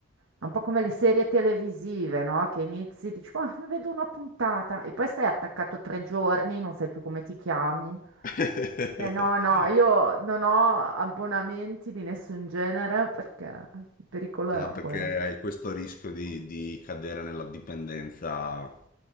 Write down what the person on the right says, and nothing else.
È un po' come le serie televisive, no? Che inizi, dici, ma mi vedo una puntata e poi stai attaccato tre giorni, non sai più come ti chiami.
Eh, no, no, io non ho abbonamenti di nessun genere perché il pericolo
era
quello.